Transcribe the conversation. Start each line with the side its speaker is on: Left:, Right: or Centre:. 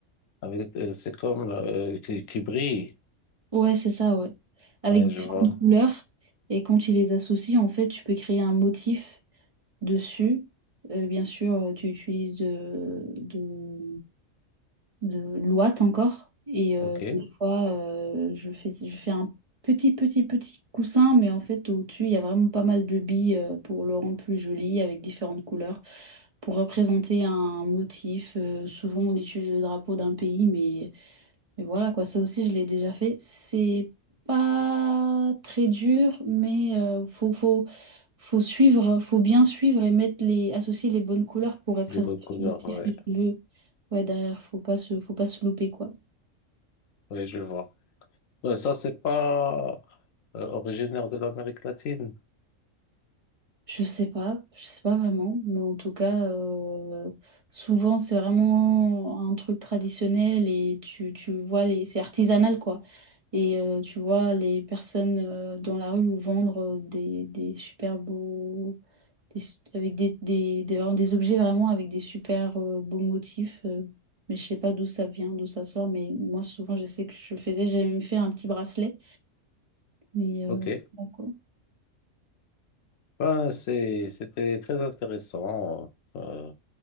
Left: avec- euh, c'est comme euh, qui, qui brille.
Right: Ouais, c'est ça, ouais. Avec
Left: Ouais, je
Right: différentes
Left: vois.
Right: couleurs. Et quand tu les associes, en fait, tu peux créer un motif. dessus. Euh, bien sûr, euh, tu utilises de, de, de l'ouate encore. Et euh,
Left: Ok.
Right: des fois, euh, je fais, je fais un petit, petit, petit coussin, mais en fait, au-dessus, il y a vraiment pas mal de billes euh, pour le rendre plus joli, avec différentes couleurs, pour représenter un motif. Euh, souvent, on utilise le drapeau d'un pays, mais mais voilà, quoi, ça aussi, je l'ai déjà fait. C'est pas très dur, mais euh, faut, faut, faut suivre, faut bien suivre et mettre les, associer les bonnes couleurs pour représenter
Left: Les bonnes couleurs,
Right: le motif
Left: ouais.
Right: que tu veux. Ouais, derrière, faut pas se, faut pas se louper, quoi.
Left: Oui, je vois. Ouais, ça, c'est pas euh, originaire de l'Amérique latine.
Right: Je sais pas, je sais pas vraiment, mais en tout cas, euh, souvent c'est vraiment un truc traditionnel et tu, tu vois les, c'est artisanal quoi. Et euh, tu vois les personnes euh, dans la rue vendre des, des super beaux, des su- avec des, des, des, vraiment des objets vraiment avec des super euh, beaux motifs. euh, mais je sais pas d'où ça vient, d'où ça sort, mais moi souvent je sais que je faisais, j'ai même fait un petit bracelet. Mais euh,
Left: OK.
Right: bon, quoi.
Left: Ben, c'est, c'était très intéressant. Euh,